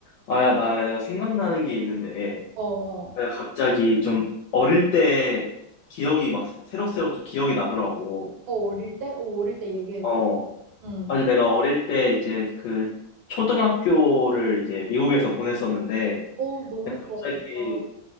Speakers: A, on the left; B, on the right.
A: 아, 야, 나 내가 생각나는 게 있는데,
B: 어, 어.
A: 내가 갑자기 좀 어릴 때 기억이 막 새- 새록새록 좀 기억이 나더라고.
B: 어, 어릴 때? 어, 어릴 때 얘기해줘.
A: 어.
B: 응.
A: 아주 내가 어릴 때 이제 그 초등학교를 이제 미국에서 보냈었는데,
B: 어, 너무
A: 내가 갑자기,
B: 좋았겠다.